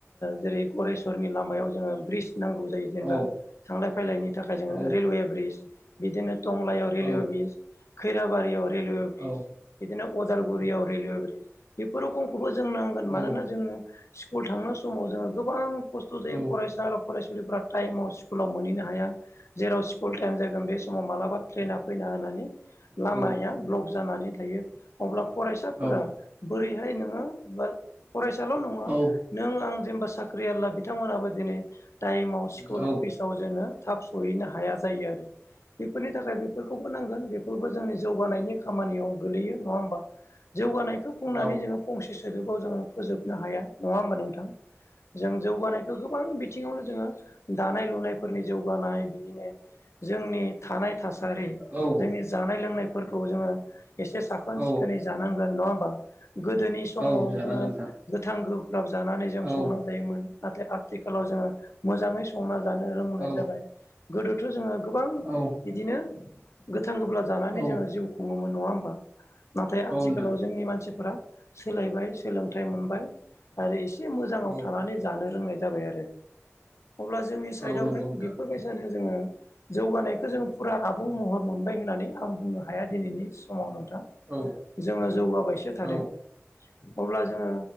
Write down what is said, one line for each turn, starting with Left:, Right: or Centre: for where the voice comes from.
Left: जेरै गरेस्वरनि लामायाव जोङो ब्रिज नांगौ जायो जेनेबा
Right: औ
Left: थांलाय फैलायनि थाखाय जोङो
Right: औ
Left: रेलवे ब्रिज बिदिनो टंलायाव रेलवे
Right: औ
Left: ब्रिज खैराबारियाव रेलवे ब्रिज
Right: औ
Left: बिदिनो अदालगुरियाव रेलवे ब्रिज बेफोरखौ खौबो जों नांगोन
Right: औ
Left: मानोना
Right: औ
Left: जोङो स्कुल थांनाय समाव जोङो गोबां खस्थ' जायो
Right: औ
Left: फरायसा फरायसुलिफोरा टाइमाव स्कुलाव मोनहैनो हाया जेराव स्कुल टाइम जागोन बे समाव मालाबा ट्रेना फैना होनानै लामाया
Right: औ
Left: ब्लक जानानै थायो अब्ला फरायसाफोरा
Right: औ
Left: बोरैहाय नोङो फरायसाल' नङा
Right: औ
Left: नों आं जेनेबा साख्रि आवला बिथांमोनाबो दिनै टाइमाव स्कुल
Right: औ
Left: अफिसाव जोङो थाब सहैनो हाया जायो आरो बेफोरनि थाखाय बेफोरखौबो नांगोन बे फोरबो जोंनि जौगानायनि खामानियाव गोलैयो नङा होमबा जौगानायखौ बुंनानै
Right: औ
Left: जोङो फंसे सोदोबाव जोङो फोजोबनो हाया नङा होमबा नोंथां जों जौगानायखौ गोबां बिथि ङावनो जोङो दानाय लुनायफोरनि जौगानाय बिदिनो जोंनि थानाय थास हारि
Right: औ
Left: जोंनि जानाय लोंनायफोरखौ जोङो एसे साखोन
Right: औ
Left: सिखोनै जानां गोन नङा होमबा गोदोनि समाव
Right: औ जानांगोन
Left: जोङो
Right: नोंथां
Left: गोथां गोब्राब जानानै जों
Right: औ
Left: संना जायोमोन नाथाय आथिखालाव जोङो मोजाङै संना जानो रोंबोननाय
Right: औ
Left: जाबाय गोदोथ' जोङो गोबां
Right: औ
Left: बिदिनो गोथां गोबब्ला जानानै
Right: औ
Left: जोङो जिउ खुङोमोन नङा होमबा नाथाय आथिखालाव
Right: औ नोंथां
Left: जोंनि मानसिफोरा सोलायबाय सोलोंथाइ मोनबाय आरो एसे मोजाङाव
Right: औ
Left: थानानै जानो रोंनाय जाबाय आरो अब्ला जोंनि साइडआवहाय
Right: औ नंगौ नोंथां
Left: बेफोरबायसानो जोङो जौगानायखो जों फुरा आबुं महर मोनबाय होननानै आं बुंनो हाया दिनैनि समाव नोंथां
Right: औ
Left: जोङो जौगाबायसो थादों
Right: औ
Left: अब्ला जोङो